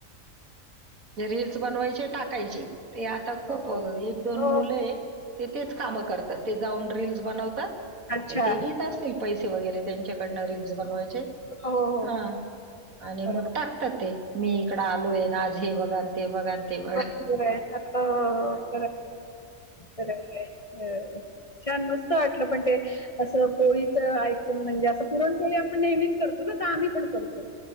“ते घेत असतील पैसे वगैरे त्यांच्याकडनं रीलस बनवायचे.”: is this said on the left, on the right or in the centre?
Right